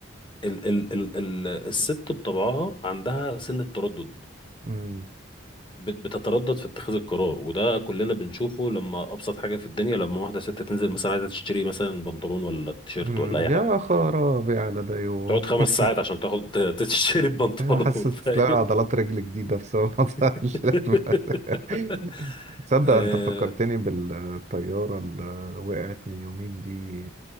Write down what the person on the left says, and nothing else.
ال ال ال ال الست بطبعها عندها سن التردد
بت- بتتردد في اتخاذ القرار وده كلنا بنشوفه لما ابسط حاجه في الدنيا لما واحده ست تنزل مثلا عايزه تشتري مثلا بنطلون ولا تيشيرت
ولا اي
حاجه
تقعد خمس
ساعات عشان تاخد <laughs> تشتري بنطلون
فاهم
<laughs>
آه